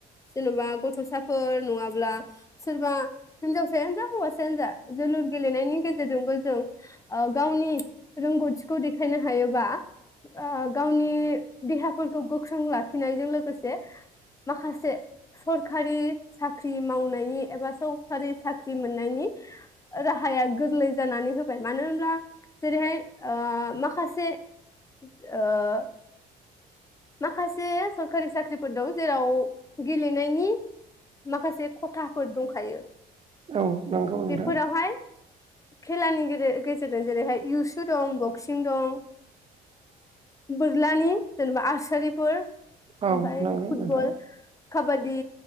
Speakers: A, on the left; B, on the right.
A: जेन'बा गथ'साफोर नङाब्ला सोरबा हिनजावसायानो जा हौवासायानो जा जोलुर गेलेनायनि गेजेरजोंबो जों ओ गावनि रोंगौथि खौ देखायनो हायोबा ओ गावनि देहाफोरखौ गोख्रों लाखिनायजों लोगोसे माखासे सरखारि साख्रि मावनायनि एबा सखारि साख्रि मोननायनि राहाया गोरलै जानानै होबाय मानो होनब्ला जेरैहाय ओ माखासे ओ माखासे सरखारि साख्रिफोर दं जेराव गेलेनायनि माखासे खथाफोर दंखायो।
B: औ नंगौ नोंथां
A: बेफोरावहाय खेलानि गेजेरजों जेरैहाय इउ सुद दं बक्सिं दं बोरलानि जेनेबा आरसारिफोर ओमफ्राय
B: औ नंगौ
A: फुटबल
B: नोंथां
A: काबादि